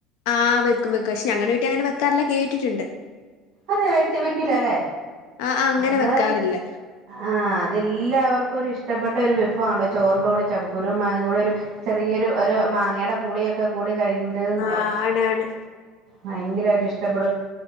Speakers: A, on the left; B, on the right.
A: ആഹ് വെക്കും വെക്കും പക്ഷെ ഞങ്ങളടെ വീട്ടിൽ അങ്ങനെ വെക്കാറില്ല കേട്ടിട്ടുണ്ട്
B: അതെ വെ വെക്കല അല്ലേ
A: ആഹ് ആഹ് അങ്ങനെ
B: അത്
A: വെക്കാറില്ല
B: ആഹ അതെല്ലാവർക്കും ഇപ്പ ഒരു ഇഷ്ടപ്പെട്ട ഒരു വിഫു ആണല്ലോ ചോറിൻന്റെ കൂടെ ഒരു ഇഷ്ടപ്പെട്ട ഒരു വിഭവമാണല്ലോചോറിന്റെ ചക്കുക്കുരു മാങ്ങ കൂടെ ഒരു ചെറിയൊ ഒരു മാങ്ങയുടെ പുളിയൊക്കെ കൂടി കഴിക്കുമ്പതെ <inaudible>
A: ആഹ് ആണ് ആണ്
B: ഭയങ്കരായിട്ട് ഇഷ്ടപ